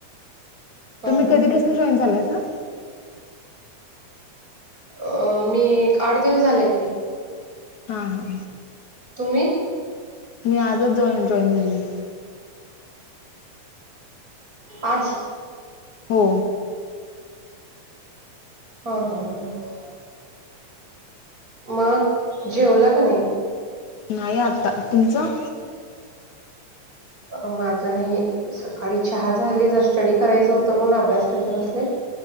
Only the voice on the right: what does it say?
हा
हा
अ मी एक आठ दिवस झालं की.
तुम्ही?
आज?
हा हा हा ह. मग, जेवला का नाही?
अ माझं ना हे सकाळी चहा झाले, जर स्टडी करायचं होतं पण अभ्यास करत बसले.